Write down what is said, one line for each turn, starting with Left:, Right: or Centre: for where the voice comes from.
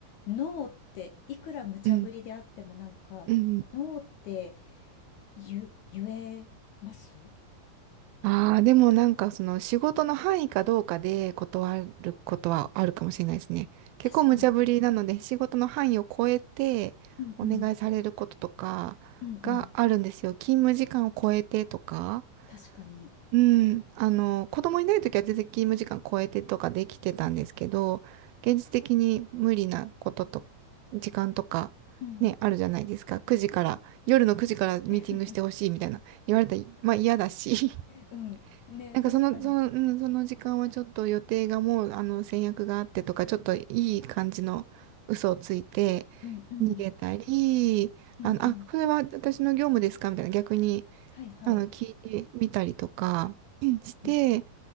Left: ノーっていくら無茶ぶりであってもなんか、
Right: うん、うん。
Left: ノーって言言えます
Right: ああ、でもなんかその仕事の範囲かどうかで断ることはあるかもしれないですね。結構無茶ぶりなので仕事の範囲を超えてお願いされることとかがあるんですよ。
Left: 確かに。うんうん。うんうん。
Right: 勤務時間を超えてとか。
Left: 確かに。
Right: うん、あの、子供いないときは全然勤務時間超えてとかできてたんですけど、現実的に無理なことと、時間とか、
Left: うん。
Right: ね、あるじゃないですか。9時から、夜の9時からミーティングしてほしいみたいな言われたら、
Left: <laughs>
Right: まあ嫌だし、
Left: うん。
Right: <laughs>
Left: ね、
Right: なんかその、
Left: 確かに。
Right: その、うん、その時間はちょっと予定がもう、あの、先約があってとか、ちょっといい感じの嘘をついて
Left: うんうん。
Right: 逃げたり、
Left: うんうん。
Right: あの、あ、これは私の業務ですかみたいな、逆に。
Left: はいはい。
Right: あの、聞いてみたりとかうんして
Left: うん